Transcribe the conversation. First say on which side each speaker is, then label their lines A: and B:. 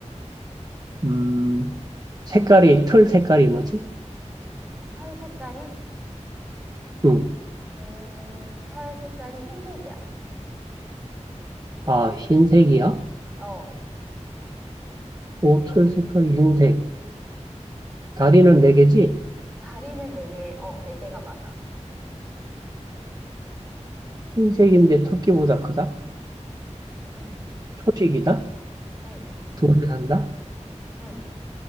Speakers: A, on the right (about 30°); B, on the right (about 15°).
A: 음, 색깔이, 털 색깔이 뭐지?
B: 털 색깔이,
A: 음,
B: 음, 털 색깔이 흰색이야.
A: 아, 흰색이야?
B: 어.
A: 오, 털 색깔이 흰색. 다리는 네 개지?
B: 다리는 네 개, 어, 네 개가 맞아.
A: 흰색인데 토끼보다 크다?
B: 응,
A: 초식이다?
B: 응,
A: 돈에 산다?
B: 응.